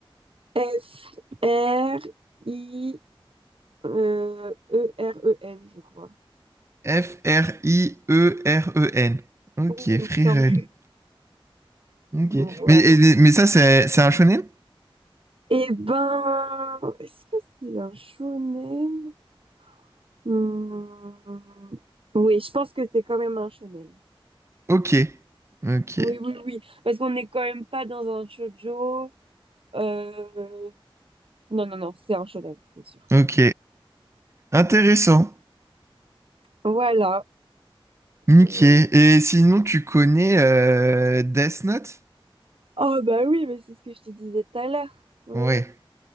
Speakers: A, on the right; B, on the right.
A: F R I euh, E R E N, je crois.
B: F-R-I-E-R-E-N. Ok,
A: Oui, il
B: Frieren.
A: me semble.
B: Ok.
A: Voilà.
B: Mais, et- mais ça, c'est c'est un shonen?
A: Eh ben, est-ce que c'est un shonen? Hmm, Oui, je pense que c'est quand même un shonen.
B: Ok. Ok.
A: Oui, oui, oui. Parce qu'on n'est quand même pas dans un shoujo. Euh... Non, non, non, c'est un shonen, c'est sûr.
B: Ok. Intéressant.
A: Voilà.
B: Ok.
A: Et-
B: Et sinon, tu connais euh, Death Note?
A: Oh, bah oui, mais c'est ce que je te disais tout à l'heure. Oui,
B: Ouais.